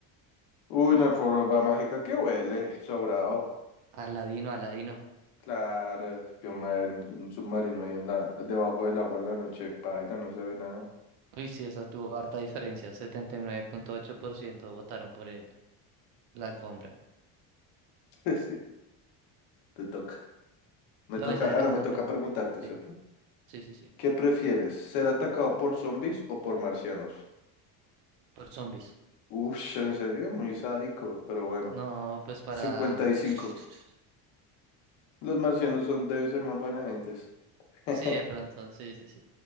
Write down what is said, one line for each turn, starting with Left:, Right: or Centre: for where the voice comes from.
Left: Uy, una alfombra mágica que huele, sobrado.
Right: Aladino, Aladino.
Left: Claro, que ma- un submarino ahí en la, debajo del agua en la noche, paila, no se ve nada.
Right: Uy, sí, esa tuvo harta diferencia. setenta y nueve punto ocho por ciento votaron por el, la alfombra.
Left: <laughs> Sí, te toca. Me
Right: No,
Left: toca,
Right: esa era,
Left: ah, no,
Right: esa
Left: me toca
Right: era. mi-
Left: preguntarte,
Right: Sí,
Left: ¿cierto?
Right: sí, sí, sí.
Left: ¿Qué prefieres, ser atacado por zombies o por marcianos?
Right: Por zombies.
Left: Uy, en serio, muy sádico, pero bueno,
Right: No, pues para.
Left: cincuenta y cinco
Right: <laughs>
Left: Los marcianos son, deben ser más buena gentes. <laughs>
Right: Sí, de pronto, sí, sí, sí.